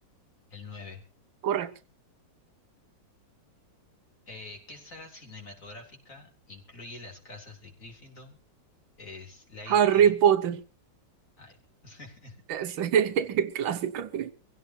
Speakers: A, on the left; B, on the right.
A: el 9.
B: Correcto.
A: Eh, ¿qué saga cinematográfica incluye las casas de Gryffindor, eh, Slytherin?
B: Harry Potter.
A: Ay, <laughs>
B: Ese <laughs> es clásico.